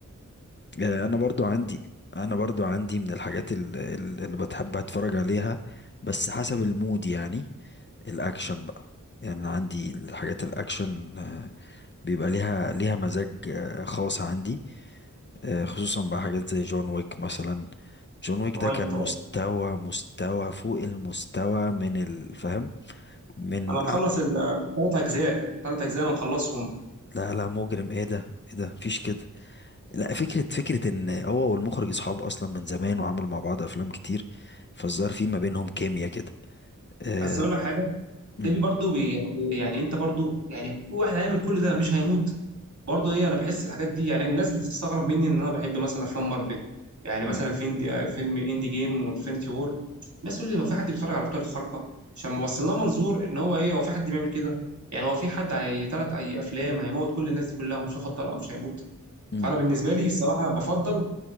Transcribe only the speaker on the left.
آه، انا برضو عندي انا برضو عندي من الحاجات ال- ال- اللي بتحب اتفرج عليها بس حسب المود يعني الاكشن بقى يعني أنا عندي الحاجات الاكشن آه، بيبقى ليها ليها مزاج آه، خاص عندي آه، خصوصا بقى حاجات زي جون ويك مثلا جون ويك
ده كان مستوى
مستوى فوق المستوى من الفهم من
لا لا مجرم ايه ده ايه ده مفيش كده لا فكرة فكرة ان هو والمخرج اصحاب اصلا من زمان وعملوا مع بعض افلام كتير فالظاهر في ما بينهم كيمياء كده آه
مم،
مم،
مم،